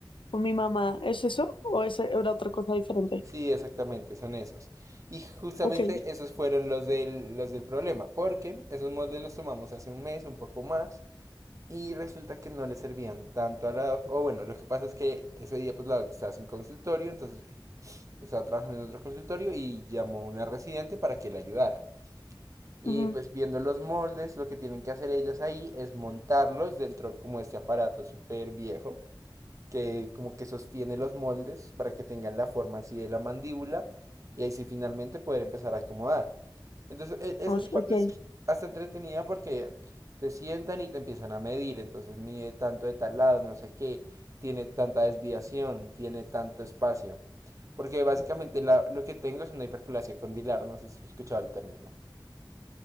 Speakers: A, on the left; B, on the right.
A: con mi mamá. ¿Es eso o eso era otra cosa diferente?
B: Sí, exactamente, son esos. Y justamente
A: Ok.
B: esos fueron los del, los del problema, porque esos moldes los tomamos hace un mes, un poco más, y resulta que no le servían tanto a la doc. O bueno, lo que pasa es que ese día pues la doc estaba sin consultorio, entonces estaba trabajando en otro consultorio y llamó a una residente para que la ayudara. Y
A: ujú,
B: pues viendo los moldes, lo que tienen que hacer ellas ahí es montarlos dentro como de este aparato súper viejo, que como que sostiene los moldes para que tengan la forma así de la mandíbula y ahí sí finalmente poder empezar a acomodar. Entonces, e- esa
A: no Ok.
B: parte es hasta entretenida porque te sientan y te empiezan a medir, entonces mide tanto de tal lado, no sé qué, tiene tanta desviación, tiene tanto espacio. Porque básicamente la- lo que tengo es una hiperplasia condilar, no sé si has escuchado el término.